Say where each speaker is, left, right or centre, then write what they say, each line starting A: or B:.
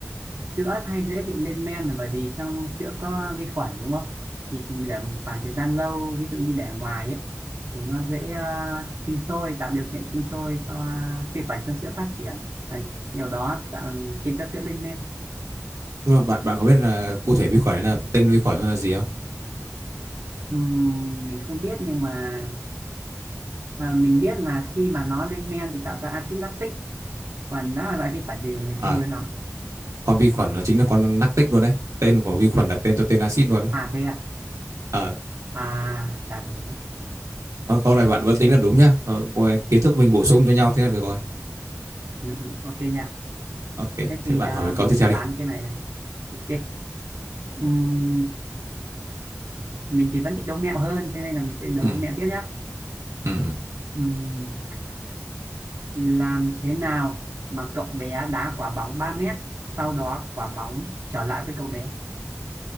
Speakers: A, on the right; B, on the right.
A: sữa hay dễ bị lên men là bởi vì trong sữa có vi khuẩn đúng không thì để một khoảng thời gian lâu ví dụ như để ngoài ấy thì nó dễ ờ, sinh sôi tạo điều kiện sinh sôi cho vi khuẩn trong sữa phát triển và điều đó tạo, khiến cho sữa lên men
B: nhưng mà bạn bạn có biết là cụ thể vi khuẩn ấy là tên vi khuẩn nó là gì không
A: Ừm, mình không biết nhưng mà ờ, mình biết là khi mà nó lên men thì tạo ra axit lactic còn nó là loại vi khuẩn gì thì mình
B: à
A: không nhớ lắm
B: con vi khuẩn nó chính là con lactic luôn đấy tên của vi khuẩn đặt tên cho tên axit luôn đấy
A: à thế à
B: Ờ,
A: à là thế
B: con câu này bạn vẫn
A: Vậy
B: tính là
A: là-
B: đúng nhá ờ, coi kiến thức mình bổ sung
A: ok,
B: cho nhau thế là được rồi
A: ừ, ừ, ok nha
B: ok
A: thế
B: thế
A: thì
B: bạn
A: à,
B: hỏi mình
A: mình
B: câu tiếp theo đi
A: đoán cái này này ok Ừm, mình thì vẫn thích đố mẹo hơn thế nên là mình sẽ đố
B: ừ,
A: mẹo tiếp nhé
B: ừ, ừ.
A: Ừm, làm thế nào mà cậu bé đá quả bóng 3 mét sau đó quả bóng trở lại với cậu bé